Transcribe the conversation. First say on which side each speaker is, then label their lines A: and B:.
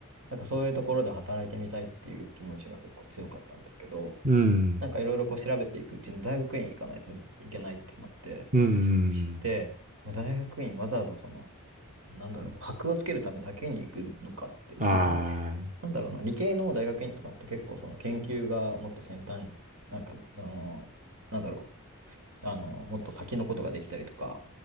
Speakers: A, on the right (about 70°); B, on the right (about 35°).
A: なんかそういうところで働いてみたいっていう気持ちが結構強かったんですけど、
B: うん。
A: なんかいろいろこう調べていくうちに大学院行かないといけないってなってし知って、
B: うん。
A: まあ大学院わざわざその、なんだろう、箔をつけるためだけに行くのかって、
B: ああ、
A: 別に、なんだろうな、理系の大学院とかって結構その研究がもっと先端、なんかの、あの、なんだろう、あの、もっと先のことができたりとか、